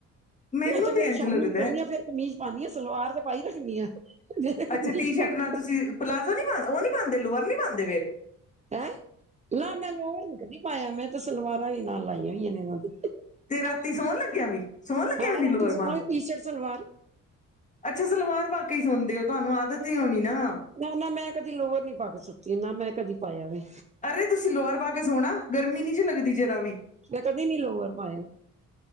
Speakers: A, on the left (about 25°); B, on the right (about 25°).
A: ਮੈਨੂੰ
B: ਮੈਂ ਤੇ ਫੇਰ
A: ਇੰਝ
B: ਸ਼ਾਮੀ
A: ਲੱਗਦਾ
B: ਨਿਕਲਣੀ
A: ਹੈ।
B: ਆ ਫੇਰ ਕਮੀਜ਼ ਪਾਉਣੀ ਆ ਸਲਵਾਰ ਤੇ ਪਾਈ ਰੱਖਣੀ ਆ। ਫੇਰ ਕਮੀਜ਼
A: ਅੱਛਾ ਟੀ ਸ਼ਰਟ
B: ਪਾਈ
A: ਨਾਲ ਤੁਸੀਂ ਪਲਾਜ਼ੋ ਨਹੀਂ ਪਾ ਉਹ ਨਹੀਂ ਪਾਉਂਦੇ ਲੋਅਰ ਨਹੀਂ ਪਾਉਂਦੇ ਫਿਰ
B: ਹੈਂ, ਨਾ ਮੈਂ ਲੋਰ ਨ ਕਦੀ ਪਾਇਆ ਮੈਂ ਤੇ ਸਲਵਾਰਾਂ ਵੀ ਨਾਲ ਲਾਈਆਂ ਹੋਈਆਂ ਨੇ ਉਹਨਾਂ ਦੀ
A: ਤੇ ਰਾਤੀ ਸੌਣ ਲੱਗਿਆ ਵੀ, ਸੌਣ ਲੱਗਿਆ
B: ਹਾਂ
A: ਵੀ ਨੀ
B: ਰਾਤੀ
A: ਲੋਰ
B: ਸੋਈ
A: ਪਾਂਦੇ
B: ਟੀ ਸ਼ਰਟ ਸਲਵਾਰ
A: ਅੱਛਾ ਸਲਵਾਰ ਪਾ ਕੇ ਹੀ ਸੌਦੇ ਹੋ ਤੁਹਾਨੂੰ ਆਦਤ ਹੀ ਹੋਣੀ ਨਾ
B: ਨਾ ਨਾ ਮੈਂ ਕਦੀ ਲੋਵਰ ਨੀ ਪਾ ਕੇ ਸੁੱਤੀ, ਨਾ ਮੈਂ ਕਦੀ ਪਾਇਆ ਵੇ
A: ਅਰੇ ਤੁਸੀਂ ਲੋਅਰ ਪਾ ਕੇ ਸੋਣਾ ਗਰਮੀ ਨੀ ਜੀ ਲੱਗਦੀ ਜਰਾ ਵੀ,
B: ਮੈਂ ਕਦੇ ਨੀ ਲੋਵਰ ਪਾਇਆ-